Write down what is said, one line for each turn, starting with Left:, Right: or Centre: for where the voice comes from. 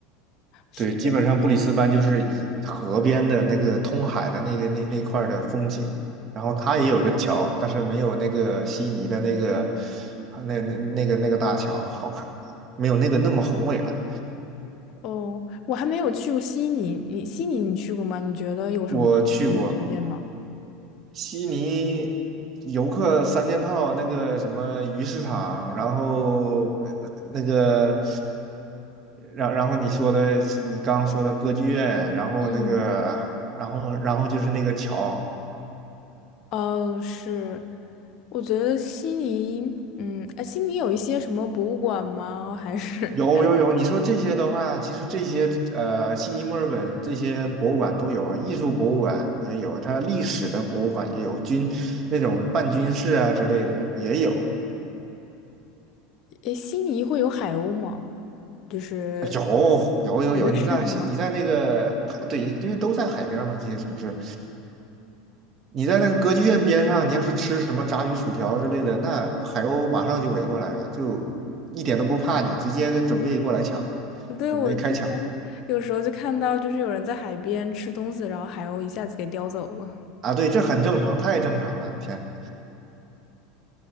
Left: 是对，
Right: 对，基本上布里斯班就是以河边的那个通海的那个那那块儿的风景，然后它也有个桥，但是没有那个悉尼的那个那那那个那个大桥好看，没有那个那么宏伟了。
Left: 哦，我还没有去过悉尼，你悉尼你去过吗？你觉得有什么好的景点推荐吗？
Right: 我去过悉尼游客三件套，那个什么鱼市场，然后那那个，然然后你说的你刚刚说的歌剧院，然后那个，
Left: 嗯，
Right: 然后然后就是那个桥。
Left: 哦，是，我觉得悉尼，嗯，哎，悉尼有一些什么博物馆吗？还是，
Right: 有有有，你说这些的话，其实这些呃，悉尼、墨尔本这些博物馆都有，艺术博物馆也有，它历史的博物馆也有，军那种半军事啊之类的也有，
Left: 哎，悉尼会有海鸥吗？就是
Right: 啊有有有有。
Left: 有的是是吗？
Right: 你在悉你在那个海，对，因为都在海边嘛，这些城市，你在那个歌剧院边上，你要是吃什么炸鱼薯条之类的，那海鸥马上就围过来了，就一点都不怕你，直接准备过来抢，
Left: 对，
Right: 准备开抢
Left: 我之前有时候就看到，就是有人在海边吃东西，然后海鸥一下子给叼走了。
Right: 啊！对，这很正常，太正常了，天，